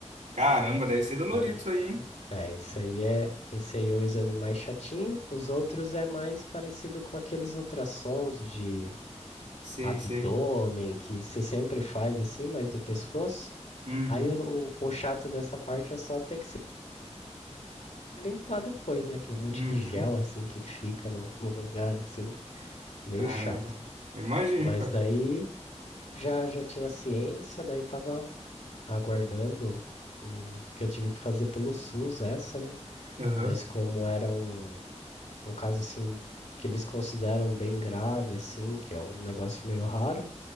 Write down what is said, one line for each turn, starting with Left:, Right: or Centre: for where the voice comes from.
Right: Caramba, deve ser dolorido
Left: Aí,
Right: isso aí, hein?
Left: é, isso aí é. Esse aí é o exame mais chatinho. Os outros é mais parecido com aqueles ultrassons de
Right: Sei,
Left: abdômen
Right: sei.
Left: que você sempre faz assim, mas no pescoço.
Right: Uhum,
Left: Aí o, o chato dessa parte é só ter que se limpar depois, né? Aquele monte
Right: uhum.
Left: de gel assim que fica no, no lugar, assim, meio
Right: Caramba.
Left: chato.
Right: Eu imagino,
Left: Mas
Right: cara.
Left: daí já já tinha ciência, daí tava aguardando o que eu tive que fazer pelo SUS, essa, né?
Right: Aham.
Left: Mas como era um, um caso assim que eles consideram bem grave, assim, que é um negócio meio raro,